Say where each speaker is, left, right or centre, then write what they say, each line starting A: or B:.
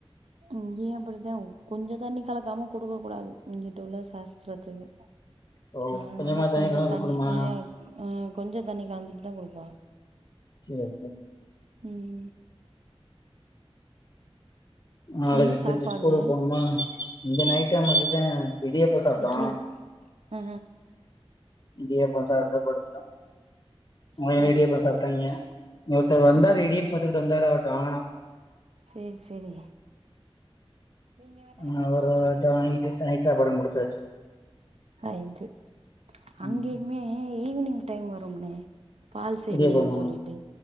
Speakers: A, on the right; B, on the left.
A: இங்கயு அப்டித்தே கொஞ்ச தண்ணி கலக்காம குடுக்க கூடாது இங்கிட்டு உள்ள சாஸ்துரத்துக்கு
B: ஓ
A: அதனால
B: கொஞ்சமா
A: கொஞ்ச
B: கலந்து
A: தண்ணி
B: குடுக்கணுமா
A: அ அ கொஞ்சோ தண்ணி கலந்துட்டு தா குடுப்பா
B: சேர் சேரி
A: ம்
B: ஆ நாளைக்கு
A: என்ன
B: எந்திரிச்சு
A: சாப்பாடுனே
B: ஸ்கூலுக்கு போனுமா இங்க நைட்டு நம்ம கிட்ட இடியாப்போ சாப்ட்டோ
A: இட்லி ஆ
B: இடியாப்போ சாப்ட்டு படுத்துட்டா ஓ
A: சேரி
B: இடியாப்போ
A: சேரி
B: சாப்ட்டாய்ங்க ஒருத்தர் வந்தாரு
A: ஆ
B: இடியப்போ பாத்து ந்தாரு அவர்ட்ட வாங்குனோ
A: சேரி சேரி நீங்க வேணா எனக்கு
B: ஆ ஒரு
A: கால்
B: <unintelligible>
A: பண்ணுங்க
B: வாங்கிட்டு நைட் சாப்பாட முடிச்சாச்சு
A: <unintelligible> அங்கயுமே
B: ம்
A: ஈவ்னிங் டைம் வரும்னே பால்சேமியானு
B: இடியாப்பமா
A: சொல்லிட்டு